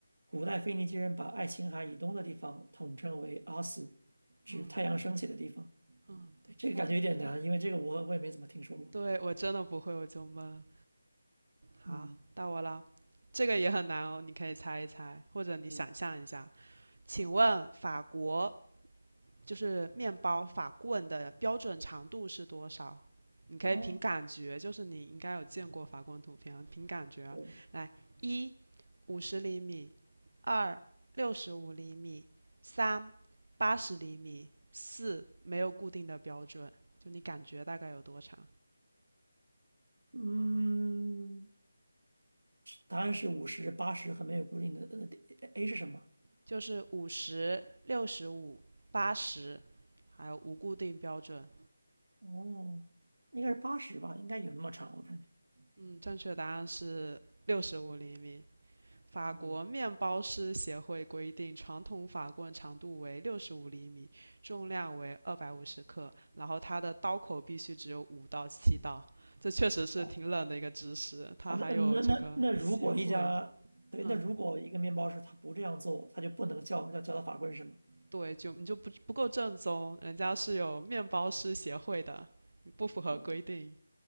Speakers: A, on the right (about 85°); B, on the right (about 60°).
A: 古代腓尼基人把爱琴海以东的地方统称为阿斯，指太阳升起的地方。
B: 嗯嗯，
A: 对，这个感觉有点难，
B: 那
A: 因为这个我我也没怎么听说过。
B: 对我真的不会，我就闷。好，
A: 嗯
B: 到我了，这个也很难哦，你可以猜一猜，或者你想象一下。
A: 嗯，
B: 请问法国
A: 好
B: 就是面包法棍的标准长度是多少？你可以凭感觉，
A: 哦，
B: 就是你应该有见过法棍图片啊，凭感觉啊来：
A: 对，
B: 一五十厘米，二六十五厘米，三八十厘米，四没有固定的标准，就你感觉大概有多长？
A: 嗯。答案是五十、八十和没有固定的。呃，A 是什么？
B: 就是五十六十五、八十，还有无固定标准。
A: 哦，应该是八十吧，应该有那么长，我感觉。
B: 嗯，正确答案是六十五厘米。法国面包师协会规定，
A: 哦
B: 传统法棍长度为六十五厘米，重量为二百五十克，然后它的刀口必须只有五到七刀。这确实是挺冷的一个知识，
A: 哦，
B: 它还有这个协会，
A: 啊，那那那那如果一家对，
B: 嗯，
A: 那如果一个面包师他不这样做，他就不能叫叫叫他法官，是吗？
B: 对，就你就不不够正宗，人家是有面包师协会的，你不符合规定。
A: 好吧，